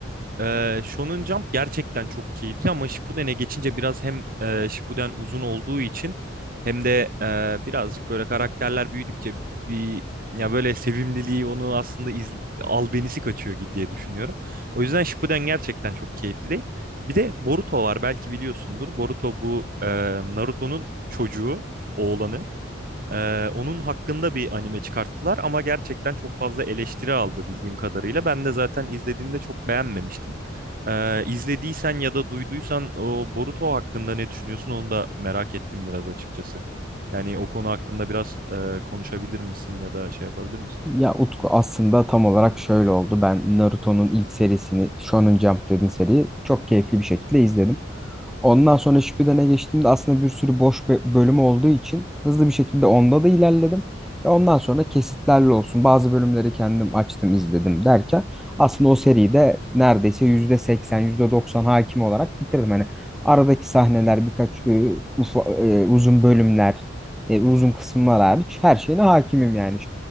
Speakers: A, on the right (about 50°); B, in the centre.
A: Ee, Shonen Jump gerçekten çok keyifli ama Shippuden'e geçince biraz hem e, Shippuden uzun olduğu için hem de e, birazcık böyle karakterler büyüdükçe bir ya böyle sevimliliği onu aslında iz, albenisi kaçıyor gi- diye düşünüyorum. O yüzden Shippuden gerçekten çok keyifli değil. Bir de Boruto var belki biliyorsundur. Boruto bu e, Naruto'nun çocuğu, oğlanı. Ee, onun hakkında bir anime çıkarttılar ama gerçekten çok fazla eleştiri aldı bildiğim kadarıyla. Ben de zaten izlediğimde çok beğenmemiştim. Ee, izlediysen ya da duyduysan o Boruto hakkında ne düşünüyorsun onu da merak ettim biraz açıkçası. Yani o konu hakkında biraz e, konuşabilir misin ya da şey yapabilir misin?
B: Ya Utku aslında tam olarak şöyle oldu. Ben Naruto'nun ilk serisini Shonen Jump dediğin seriyi çok keyifli bir şekilde izledim. Ondan sonra Shippuden'e geçtiğimde aslında bir sürü boş bö- bölümü olduğu için hızlı bir şekilde onda da ilerledim. Ve ondan sonra kesitlerle olsun bazı bölümleri kendim açtım izledim derken aslında o seriyi de neredeyse %80 %90 hakim olarak bitirdim. Hani aradaki sahneler birkaç e, ufa- e, uzun bölümler e, uzun kısımlar hariç her şeyine hakimim yani